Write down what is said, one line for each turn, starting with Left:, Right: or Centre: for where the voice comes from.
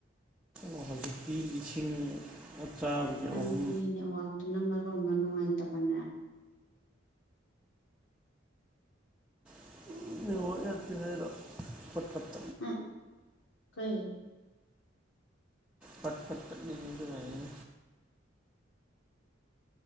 Centre: ꯑꯣ ꯍꯧꯖꯤꯛꯇꯤ ꯂꯤꯁꯤꯡ ꯆꯥꯕꯒꯤ
Left: ꯅꯪꯒꯤ
Centre: ꯑꯍꯨꯝ
Left: ꯑꯦꯋꯥꯔꯠꯇꯨꯅ ꯃꯔꯔꯣꯕ ꯅꯨꯡꯉꯥꯏꯇꯕꯅꯦ
Centre: ꯑꯦ ꯉꯔꯣ ꯐꯠꯇ
Left: ꯑ ꯀꯩ
Centre: ꯄꯠ ꯇꯗ ꯀꯅꯤ